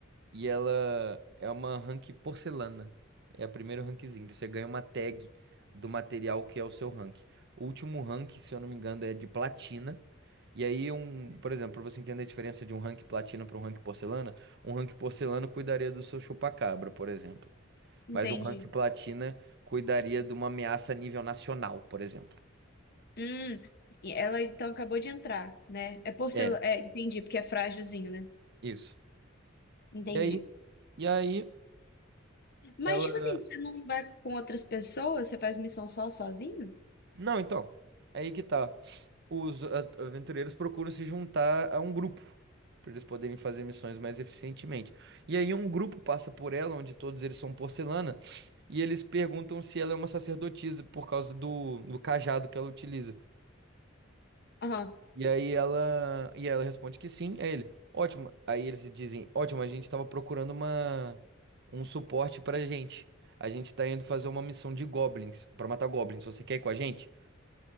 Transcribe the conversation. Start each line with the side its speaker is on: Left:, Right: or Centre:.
Right: E ela é uma rank porcelana. É o primeiro rankzinho. Você ganha uma tag do material que é o seu rank. O último rank, se eu não me engano, é de platina. E aí, um, por exemplo, para você entender a diferença de um rank platina para um rank porcelana, um rank porcelana cuidaria do seu chupacabra, por exemplo.
Left: Entendi.
Right: Mas um ranking platina cuidaria de uma ameaça a nível nacional, por exemplo.
Left: Hum. E ela então acabou de entrar, né? É porcelana.
Right: É,
Left: É, entendi, porque é frágilzinho, né?
Right: isso.
Left: Entendi.
Right: E aí, e aí
Left: Mas,
Right: ela.
Left: tipo assim, você não vai com outras pessoas? Você faz missão só sozinho?
Right: Não, então. Aí que tá. Os a- aventureiros procuram se juntar a um grupo. para eles poderem fazer missões mais eficientemente. E aí um grupo passa por ela, onde todos eles são porcelana, e eles perguntam se ela é uma sacerdotisa por causa do, do cajado que ela utiliza.
Left: Aham.
Right: E aí ela, e ela responde que sim, é ele. Ótimo. Aí eles dizem, ótimo, a gente estava procurando uma um suporte pra gente. A gente está indo fazer uma missão de goblins, pra matar goblins. Você quer ir com a gente?